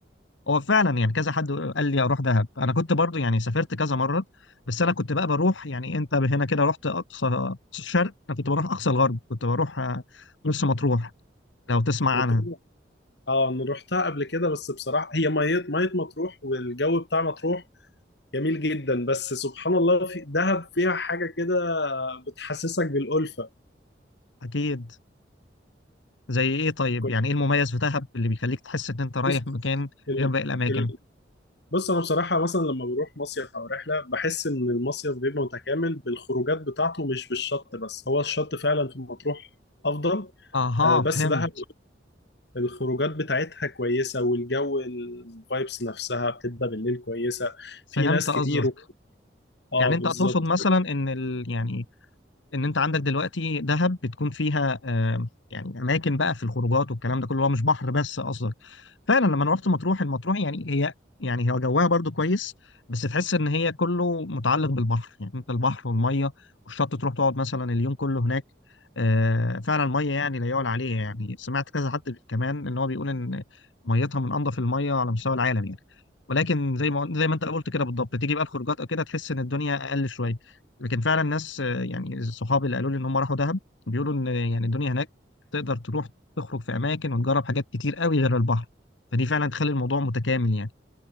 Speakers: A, on the left; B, on the left.
A: هو فعلا يعني كذا حد قال لي اروح دهب انا كنت برضو يعني سافرت كذا مره بس انا كنت بقى بروح يعني انت هنا كده رحت اقصى أقصى الشرق انا كنت بروح اقصى الغرب كنت بروح آه، مرسى مطروح لو تسمع
B: مطروح
A: عنها
B: اه انا رحتها قبل كده بس بصراحه هي ميه ميه مطروح والجو بتاع مطروح جميل جدا بس سبحان الله في دهب فيها حاجه كده بتحسسك بالالفه
A: اكيد زي ايه طيب
B: كنت
A: يعني ايه المميز في دهب اللي بيخليك تحس ان انت رايح
B: بص
A: مكان
B: ال...
A: غير باقي الاماكن
B: ال... بص انا بصراحه مثلا لما بروح مصيف او رحله بحس ان المصيف بيبقى متكامل بالخروجات بتاعته مش بالشط بس هو الشط فعلا في مطروح افضل
A: اها
B: آه، بس
A: فهمت
B: دهب الخروجات بتاعتها كويسة والجو الفايبس نفسها بتبقى بالليل كويسة
A: فهمت
B: في ناس
A: قصدك
B: كتير و... اه
A: يعني انت
B: بالظبط
A: تقصد مثلا ان ال... يعني ان انت عندك دلوقتي دهب بتكون فيها آه، يعني اماكن بقى في الخروجات والكلام ده كله هو مش بحر بس قصدك فعلا لما أنا رحت مطروح المطروح يعني هي يعني هو جواها برضو كويس بس تحس ان هي كله متعلق بالبحر يعني انت البحر والميه والشط تروح تقعد مثلا اليوم كله هناك آه، فعلا الميه يعني لا يعلى عليها يعني سمعت كذا حد كمان ان هو بيقول ان ميتها من انظف الميه على مستوى العالم يعني ولكن زي ما زي ما انت قلت كده بالضبط تيجي بقى الخروجات او كده تحس ان الدنيا اقل شويه لكن فعلا ناس آه، يعني صحابي اللي قالوا لي ان هم راحوا دهب بيقولوا ان يعني الدنيا هناك تقدر تروح تخرج في اماكن وتجرب حاجات كتير قوي غير البحر فدي فعلا تخلي الموضوع متكامل يعني